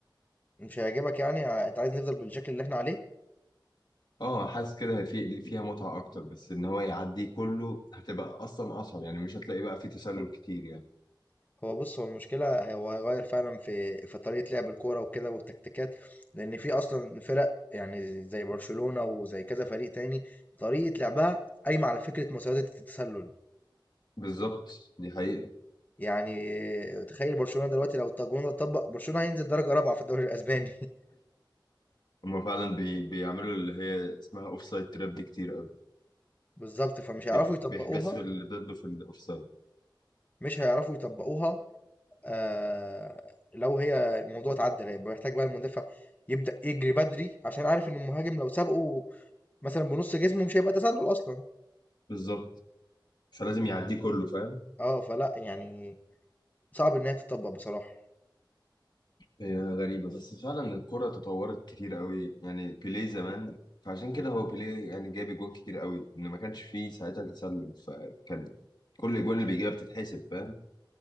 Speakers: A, on the left (about 20°); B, on the left (about 60°).
A: مش هيعجبك يعني ع أنت عايز نفضل بالشكل اللي إحنا عليه؟
B: اه حاسس كده في اللي فيها متعة اكتر بس ان هو يعديه كله هتبقى اصلا اصعب يعني مش هتلاقي بقى فيه تسلل كتير يعني
A: هو بص هو المشكلة هو هيغير فعلا في في طريقة لعب الكورة وكده والتكتيكات لأن في أصلا فرق يعني زي برشلونة وزي كذا فريق تاني طريقة لعبها قايمة على فكرة مساواة التسلل
B: بالظبط دي حقيقة
A: يعني تخيل برشلونة دلوقتي لو القانون ده اتطبق برشلونة هينزل درجة رابعة في الدوري الأسباني <laughs>
B: هما فعلا بي... بيعملوا اللي هي اسمها اوف سايد تراب دي كتير
A: بالظبط فمش
B: بيح-
A: هيعرفوا يطبقوها
B: بيحبسوا اللي ضده في الاوفسايد
A: مش هيعرفوا يطبقوها آه لو هي الموضوع اتعدل هيبقى محتاج بقى المدافع يبدأ يجري بدري عشان عارف إن المهاجم لو سابقه مثلا بنص جسمه مش هيبقى تسلل أصلا
B: بالظبط فلازم يعديه كله فاهم
A: آه، فلأ يعني صعب إن هي تتطبّق بصراحة.
B: هي غريبة بس فعلا الكرة تطورت كتير قوي يعني بيليه زمان فعشان كده هو بيليه يعني جاب اجوان كتير قوي ان ما كانش فيه ساعتها تسلل فكان كل الاجوان اللي بيجيبها بتتحسب فاهم